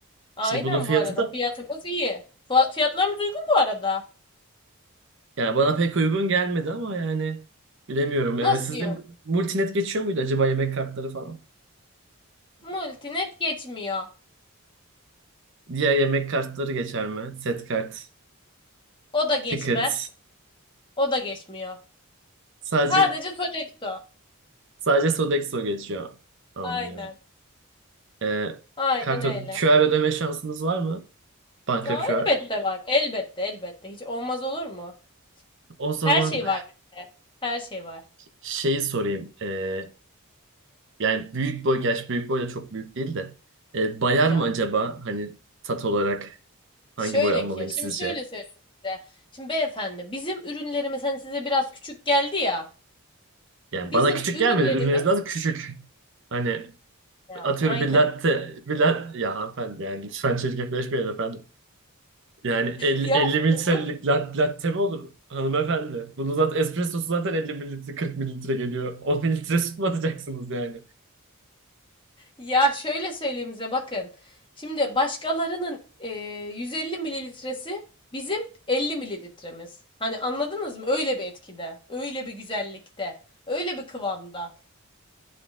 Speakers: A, on the left (about 20°); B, on the right (about 55°).
A: aynen
B: Şimdi bunun fiyatı
A: bu arada.
B: da
A: Fiyatımız iyi. Fa- Fiyatlarımız uygun bu arada.
B: yani bana pek uygun gelmedi ama yani bilemiyorum. Ee,
A: Nasıl
B: sizde
A: yok?
B: multinet geçiyor muydu acaba yemek kartları falan?
A: Multinet geçmiyor.
B: Diğer yemek kartları geçer mi? Set kart,
A: O da geçmez.
B: ticket.
A: O da geçmiyor.
B: Sadece
A: Sadece Sodexo.
B: sadece Sodexo geçiyor. Anlıyorum.
A: Aynen.
B: Ee,
A: Aynen
B: kart
A: öyle.
B: ö- QR ödeme şansımız var mı? Banka
A: Aa,
B: QR.
A: elbette var. Elbette elbette. Hiç olmaz olur mu?
B: O zaman
A: Her şey var bizde. Her şey var.
B: şeyi sorayım. Ee, yani büyük boy, gerçi büyük boy da çok büyük değil de. Ee, bayar
A: Ya.
B: mı acaba? Hani tat olarak hangi
A: Şöyle
B: boy almalıyım
A: ki, şimdi
B: sizce?
A: şöyle söyleyeyim size. Şimdi beyefendi bizim ürünlerimiz hani size biraz küçük geldi ya.
B: Yani
A: Bizim
B: bana küçük
A: ürünlerimiz
B: gelmedi. Ürününüz biraz küçük. Hani
A: ya
B: atıyorum
A: aynen.
B: bir latte, bir latte. Ya hanımefendi yani lütfen çirkefleşmeyin efendim. Yani 50,
A: Ya
B: 50 mililitrelik
A: olur. mu?
B: lat, latte mi olur hanımefendi? Bunu zaten espressosu zaten 50 mililitre 40 mililitre geliyor. 10 mililitre süt mü atacaksınız yani?
A: Ya şöyle söyleyeyim size bakın. Şimdi başkalarının e, 150 mililitresi bizim 50 mililitremiz. Hani anladınız mı? Öyle bir etkide, öyle bir güzellikte, öyle bir kıvamda.